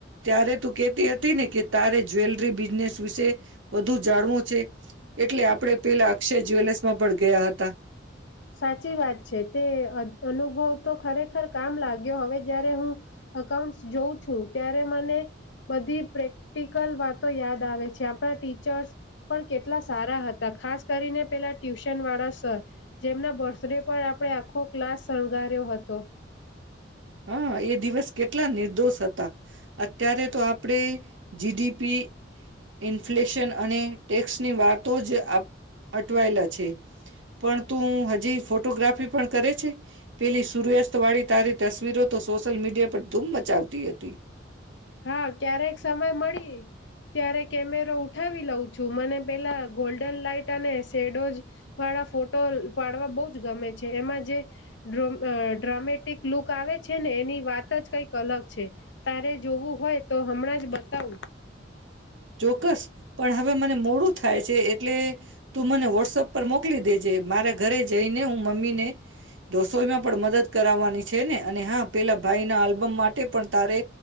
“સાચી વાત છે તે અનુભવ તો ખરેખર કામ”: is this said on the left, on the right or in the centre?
Left